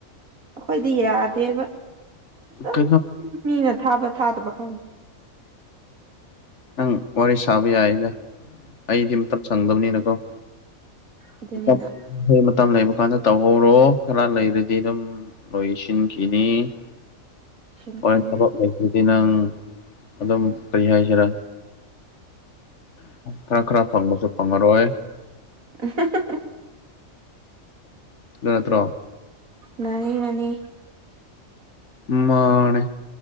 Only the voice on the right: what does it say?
ꯑꯩꯈꯣꯏꯗꯤ ꯌꯥꯗꯦꯕ ꯑꯗꯨꯝ
ꯃꯤꯅ ꯊꯥꯕ ꯊꯥꯗꯕ ꯈꯪꯗꯦ
ꯑꯗꯨꯅꯤꯅ
ꯁꯟ
ꯁꯟ
INAUDIBLE
ꯃꯥꯅꯤ ꯃꯥꯅꯤ